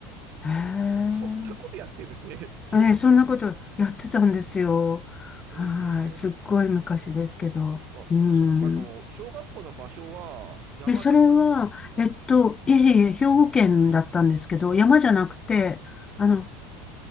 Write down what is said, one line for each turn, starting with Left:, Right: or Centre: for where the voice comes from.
Right: なるほど。
Left: へえ。
Right: そんなことやってるんですね。小学校で。
Left: ええ、そんなことやってたんですよ。はい。
Right: ええ
Left: すっごい昔ですけど。
Right: あ、
Left: うーん。
Right: そ、あの、小学校の場所は山だったんですか
Left: え、それは、えっと、いえいえ、兵庫県だったんですけど、山じゃなくて、
Right: うん
Left: あの、
Right: は